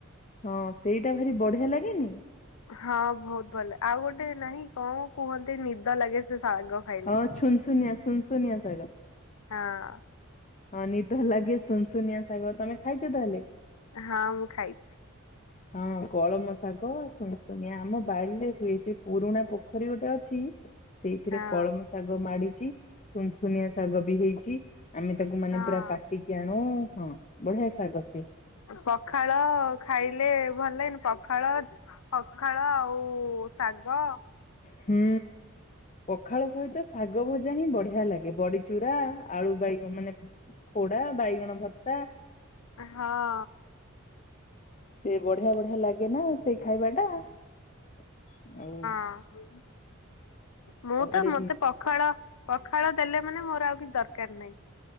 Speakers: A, on the left (about 30°); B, on the left (about 80°).
A: ହଁ ସେଇଟା ଭାରି ବଢିଆ ଲାଗେନି।
B: ହଁ ବହୁତ ଭଲ ଆଉ ଗୋଟେ ନାହିଁ କଣ କୁହନ୍ତି ନିଦ ଲାଗେ ସେ ଶାଗ। ଖାଇଲେ।
A: ହଁ ଛୁନଛୁନିଆ ଶୁନସୁନିଆ ଶାଗ।
B: ହଁ।
A: ହଁ ନିଦ ଲାଗେ ସୁନସୁନିଆ ଶାଗ ତମେ ଖାଇଛ ତାହଲେ।
B: ହଁ ମୁଁ ଖାଇଛି
A: ହଁ ହଁ କଳମ ଶାଗ ସୁନୁଶୁନିଆ ଆମ ବାରୀରେ ହୁଏ। ସେ ପୁରୁଣା ପୋଖରୀ ଗୋଟେ ଅଛି। ସେଇଥିରେ
B: ହଁ
A: କଳମ ଶାଗ ମାଡିଛି ସୁନସୁନିଆ ଶାଗ ବି ହେଇଛି। ଆମେ ତାକୁ ମାନେ
B: ହଁ।
A: ପୁରା କାଟିକି ଆଣୁ ହଁ ବଢିଆ ଶାଗ ସେ।
B: ପଖାଳ ଖାଇଲେ ଭଲ ଲାଗେନି ପଖାଳ। ପଖାଳ ଆଉ ଶାଗ।
A: ହୁଁ ପଖାଳ ସହିତ ଶାଗ ଭଜା ହିଁ ବଢିଆ ଲାଗେ। ଏ ବଡିଚୁରା ଆଳୁ ବାଇଗଣ ମାନେ ପୋଡା ବାଇଗଣ ଭର୍ତ୍ତା।
B: ହଁ।
A: ସେ ବଢିଆ ବଢିଆ ଲାଗେ ନା ସେଇ ଖାଇବା ଟା ଆଉ
B: ଆ ହୁଁ। ମୁଁ
A: ତାପରେ
B: ତ ମତେ ପଖାଳ ପଖାଳ ଦେଲେ ମାନେ ମୋର ଆଉ କିଛି ଦରକାର ନାହିଁ।